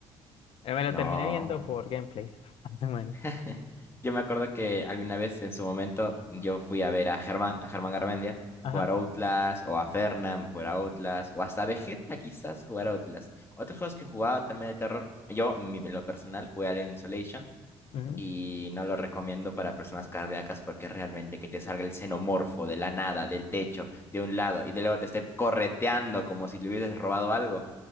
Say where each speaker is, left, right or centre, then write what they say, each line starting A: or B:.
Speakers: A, on the left (about 65°); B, on the left (about 25°).
A: Eh, me lo
B: no.
A: terminé viendo por gameplays, <laughs> más o menos.
B: <laughs> Yo me acuerdo que alguna vez en su momento yo fui a ver a Germán, a Germán Garmendia,
A: Ajá.
B: jugar Outlast, o a Fernan jugar a Outlast, o hasta Vegeta quizás jugar a Outlast. Otros juegos que jugaba también de terror, yo mi- en lo personal jugué Alien Isolation
A: ujú.
B: y no lo recomiendo para personas cardíacas porque realmente que te salga el xenomorfo de la nada, del techo, de un lado y de luego te esté correteando como si le hubieses robado algo,